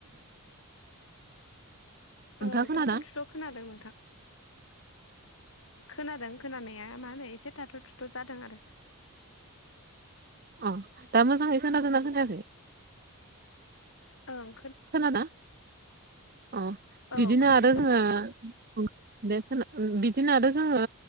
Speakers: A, on the right; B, on the left.
A: नोंथाङा
B: औ
A: खोनादों
B: थाथ' थुथ' खोनादों नोंथां। खोनादों खोनानाया मा होनो एसे थाथ' थुथ' जादों आरो।
A: अ दा मोजाङै खोनादों ना खोनायाखै?
B: ओं
A: खोनादों ना अ
B: औ
A: बिदिनो
B: खोनादों
A: आरो
B: दे
A: जोङो
B: दायो
A: दे खोना ओ ओम बिदिनो आरो जोङो